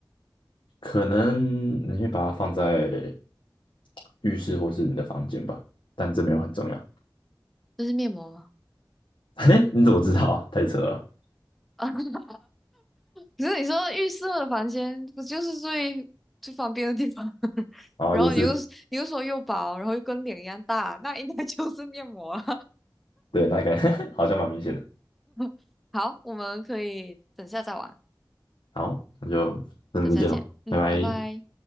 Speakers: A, on the left (about 85°); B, in the centre.
A: 可能你会把它放在浴室或是你的房间吧，但这没有很重要。
B: 这是面膜吗？
A: <laughs> 嘿，你怎么知道啊？太扯了。
B: <laughs> 可是你说浴室的房间，不就是最最方便的地方？<laughs>
A: 然后也是，
B: 然后你又你又说又薄，然后又跟脸一样大，那应该就是面膜了
A: 对，那个 <laughs> 好像蛮明显的。
B: <laughs> 好，我们可以等下再玩，
A: 好，那就等再见喽，
B: 等下见。嗯，
A: 拜拜。
B: 拜拜。